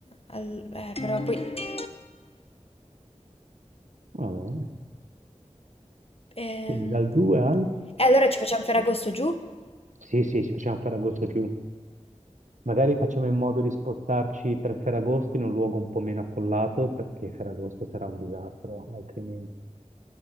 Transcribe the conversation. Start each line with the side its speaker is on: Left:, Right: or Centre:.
Left: al- eh, però poi...
Right: Va bene.
Left: ehm,
Right: Quindi dal 2 al...
Left: E allora ci facciamo Ferragosto giù?
Right: Sì, sì, ci facciamo Ferragosto giù. Magari facciamo in modo di spostarci per Ferragosto in un luogo un po' meno affollato, perché Ferragosto sarà un disastro, altrimenti.